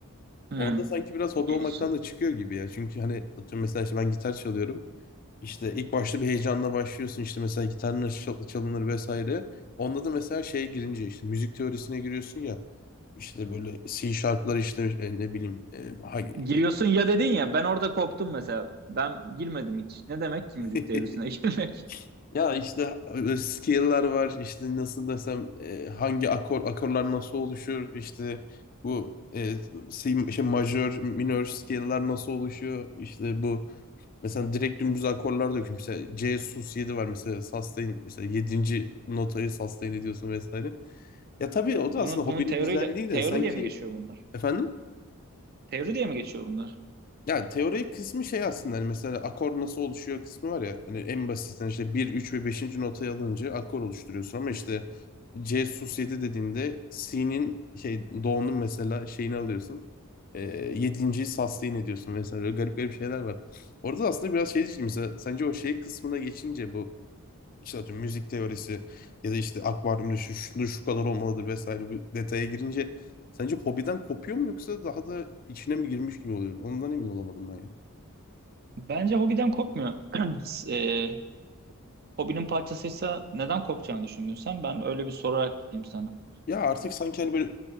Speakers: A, on the right; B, on the left.
A: Hmm.
B: Orada sanki biraz hobi
A: Genişle.
B: olmaktan da çıkıyor gibi ya. Çünkü hani atıyorum mesela işte ben gitar çalıyorum. İşte ilk başta bir heyecanla başlıyorsun işte mesela gitar nasıl çal- çalınır vesaire. Onda da mesela şeye girince işte müzik teorisine giriyorsun ya. İşte böyle C sharp'lar işte e, ne bileyim e, hangi-
A: Giriyorsun ya dedin ya ben orada koptum mesela. Ben girmedim hiç. Ne demek ki
B: <laughs>
A: müzik teorisine <laughs> girmek?
B: ya işte e, scale'lar var işte nasıl desem e, hangi akor akorlar nasıl oluşur işte bu e, C, şey majör minör scale'lar nasıl oluşuyor işte bu Mesela direkt dümdüz akorlar döküyorum. Mesela C sus 7 var mesela sustain mesela yedinci notayı sustain ediyorsun vesaire. Ya tabii o
A: Bunu,
B: da aslında hobinin
A: bunun teoriyle
B: güzelliği de
A: teori
B: sanki
A: diye mi geçiyor bunlar?
B: efendim
A: Teori diye mi geçiyor bunlar?
B: ya teori kısmı şey aslında hani mesela akor nasıl oluşuyor kısmı var ya hani en basitten işte bir 3 ve beşinci notayı alınca akor oluşturuyorsun ama işte C sus 7 dediğinde C'nin şey do'nun mesela şeyini alıyorsun. E, 7.yi sustain ediyorsun vesaire. Böyle garip garip şeyler var. Orada da aslında biraz şey diyeceğim mesela sence o şey kısmına geçince bu İşte atıyorum müzik teorisi ya da işte akvaryumda şu, şunu şu kadar olmalıdır vesaire bir detaya girince sence hobiden kopuyor mu yoksa daha da içine mi girmiş gibi oluyor? Ondan emin olamadım ben ya.
A: Bence hobiden kopmuyor. <clears throat> Eee, hobinin parçasıysa neden kopacağını düşündün sen? Ben öyle bir sorarak gideyim sana.
B: Ya artık sanki hani böyle